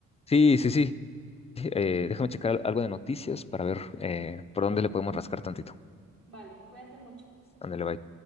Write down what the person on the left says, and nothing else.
Sí, sí, sí. Eh, déjame checar algo de noticias para ver eh, por dónde le podemos rascar tantito.
Ándale, bye.